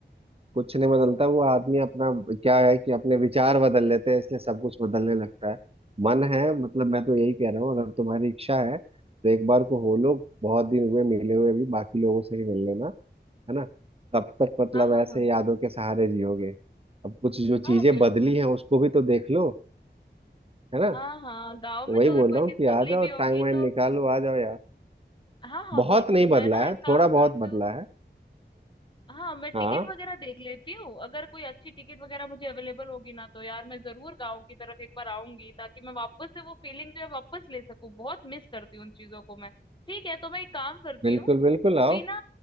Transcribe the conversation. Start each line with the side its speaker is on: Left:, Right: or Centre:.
Right: कुछ नहीं बदलता वो आदमी अपना क्या है कि अपने विचार बदल लेते हैं इसलिए सब कुछ बदलने लगता है मन है मतलब मैं तो यही कह रहा हूँ अगर तुम्हारी इच्छा है तो एक बार को हो लो बहुत दिन हुए मिले हुए भी बाकी लोगों से ही मिल लेना है ना तब तक मतलब
Left: हाँ हाँ
Right: ऐसे
Left: हाँ
Right: यादों के सहारे जियोगे अब कुछ जो
Left: हाँ
Right: चीजें
Left: बिल्कुल
Right: बदली हैं उसको भी तो देख लो है ना
Left: हाँ हाँ
Right: तो
Left: गांव में
Right: वही
Left: तो अगर
Right: बोल
Left: कोई
Right: रहा
Left: चीज
Right: हूँ कि
Left: बदली
Right: आ जाओ
Left: भी होगी
Right: टाइम वाइम
Left: तो
Right: निकालो आ जाओ यार
Left: हाँ हाँ
Right: बहुत
Left: बिल्कुल
Right: नहीं
Left: मैं
Right: बदला
Left: ना
Right: है
Left: एक
Right: थोड़ा
Left: काम
Right: बहुत
Left: करती
Right: बदला
Left: हूँ
Right: है
Left: हाँ मैं टिकट
Right: हाँ
Left: वगैरह देख लेती हूँ अगर कोई अच्छी टिकट वगैरह मुझे अवेलेबल होगी ना तो यार मैं जरूर गांव की तरफ एक बार आऊंगी ताकि मैं वापस से वो फीलिंग जो है वापस ले सकूँ बहुत मिस करती हूँ उन चीजों को मैं ठीक है तो मैं एक काम करती
Right: बिल्कुल
Left: हूँ
Right: बिल्कुल आओ
Left: बिना